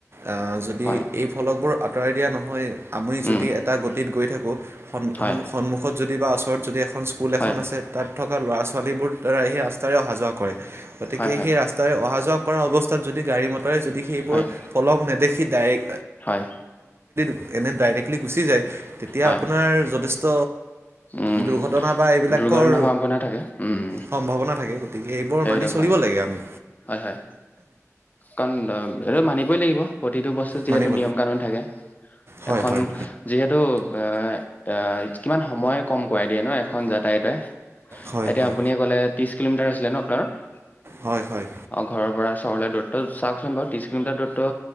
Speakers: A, on the right (about 50°); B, on the left (about 30°).
A: অ যদি
B: হয়,
A: এই ফলকবোৰ আঁতৰাই দিয়া নহয় আমি
B: উম,
A: যদি এটা <unintelligible> গৈ থাকো। সন্
B: হয়,
A: সন্মুখত যদি বা ওচৰত যদি এখন স্কুল
B: হয়,
A: এখন আছে তাত থকা ল'ৰা ছ ছোৱালীবোৰ তাৰ সেই ৰাস্তাৰে অহা যোৱা কৰে। গতিকে,
B: হয়, হয়,
A: সেই ৰাস্তাৰে অহা যোৱা কৰা অৱস্থাত যদি গাড়ী ম কৰে যদি সেইবোৰত
B: হয়,
A: ফলক নেদেখি সি দায়েক
B: হয়।
A: এনে ডাইৰেক্টলি গুচি যায় তেতিয়া
B: হয়,
A: আপোনাৰ যথেষ্ট
B: উম,
A: দুৰ্ঘটনা বা এইবিলাকৰ
B: দুৰ্ঘটনা সম্ভাৱনা থাকে, উম।
A: সম্ভাৱনা থাকে গতিকে এইবোৰ
B: সেইটো
A: মানি চলিব
B: হয়,
A: লাগে আমি
B: হয়-হয় কাৰণ এটো মানিবই লাগিব। প্ৰতিটো বস্তুত যিহেতু
A: মানিব
B: নিয়ম কানুন থাকে,
A: হয়
B: এখন
A: হয়
B: যিহেতু এ- এ কিমান সময় কম কৰাই দিয়ে ন এখন যাতায়তে।
A: হয়
B: এতিয়া
A: হয়
B: আপুনিয়ে ক'লে ত্ৰিশ কিলোমিটাৰ আছিলে ন। <unintelligible>
A: হয় হয়
B: অঁ ঘৰৰ পৰা চহৰলে দূৰত্ব চাওকচোন বাৰু ত্ৰিশ কিলোমিটাৰ দুৰত্ব